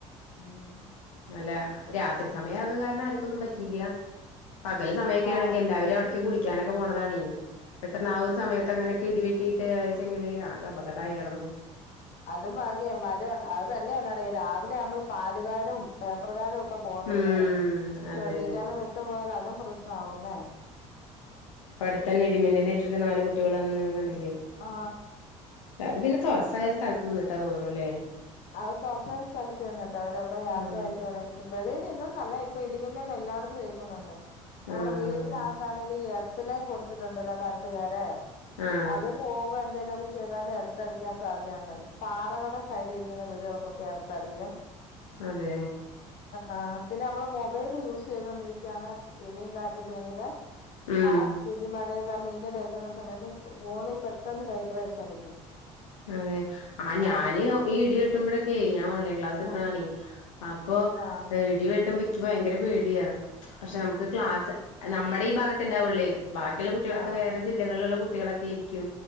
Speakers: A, on the left; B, on the left.
A: ഉം
B: അല്ല രാത്രി സമയാവന്നത് കാരണം ആർ ക്കൊന്നും പറ്റിയില്ല പകല് സമയൊക്കേണെങ്കിൽ
A: ആഹ്
B: ല്ലാവരും അ ഇക്ക്യ കുളിക്കാനൊക്കെ പോണതാണെ ന്ന ആ ഒരു സയത്ത്
A: ഉം
B: അങ്ങനൊക്കെ ഇടിവെട്ടിട്ട് <unintelligible> ഇത് അപകടായാർന്നു.
A: ഉം അതും ഭാഗ്യ മഴ ത് അത് തന്നെയല്ലടെ ഈ രാവിലെ ആവുമ്പോ ഈ പാലുകാരും പേപ്പറുകാരും ഓക് ക്കെ പോത്തില്ലേ
B: ഉം അതെ
A: ശ്രദ്ധിക്കാതെ വിട്ടു പോയാൽ അതും <unintelligible> റ്റാവുലേ
B: പ്പ അടുത്ത് തന്നെ ഇടിമിന്നലേറ്റിട്ട് നാല് കുട്ടികള അന്ന് കണ്ടി
A: ആ
B: അത് പിന്നെ തൊറസ്സായ സ്ഥലത്ത് നിന്നിട്ടാ തോന്നണൂല്ലേ.
A: അവത് തൊറസ്സായ സ്ഥലത്ത് നിന്നിട്ട് അവരവിടെ യാത്രയായിട്ട്
B: ആഹ്
A: വേണങ്കില് വെളിയിൽ നിന്നുന്നല്ല ഇപ്പ ഇടിപ് ഇവന്റത് എല്ലാടത്തും ഏക്കുന്നുണ്ട്. നമ്മള
B: ആഹ്
A: വീടിനാത്താണെലും എർത് ത്തെല്ലാം കൊടുത്തിട്ടുണ്ടല്ലോ കറണ്ട്കാരെ.
B: ആഹ്
A: അത് പോവ എന്തേലും <unintelligible> ചെയ്താല് എർത്തടിക്കാൻ സാധ്യതയുണ്ടായി. പാറകടെ സൈഡിന്ന് വീടുകൾകൊക്കെ എർത്തടിക്കാം.
B: അതെ
A: ആ പിന്നെ മ്മള് മൊബൈല് യൂസ് ചെയ്തോണ്ടിരിക്കാണ് ഇടിയും കാറ്റത്തു എങ്കില്
B: ഉം
A: ആഹ് ഇടീം മഴെ <unintelligible> മിന്നലേക്കുന്ന സമയത്ത് ബോണിൽ പെട്ടെന്ന് വൈബ്രേഷൻ അടിക്കും.
B: അതെ ആ ഞാന്
A: ആഹ്
B: യോ ഈ ഇടി വെ വെട്ടുമ്പോഴക്കെ ഞാൻ ഓൺലൈൻ ക്ലാസ് എടുക്കണതാണേ
A: ആഹ്
B: അ പ്പോ
A: ആഹ്
B: എ ഇടി വെ ട്ടുമ്പക്ക് ഭയങ്കര പേടിയാ. പക്ഷേ നമുക്ക് ക്ലാസ് നമ്മുടെ ഈ ഭാഗത്തെണ്ടാവുള്ളേ. ബാക്കിയൊള്ള കുട്ടികളൊക്കെ
A: ആഹ്
B: വേറെ ജില്ലകളിലുള്ള കുട് ട്ടികളൊക്കെ ഇരിക്കും.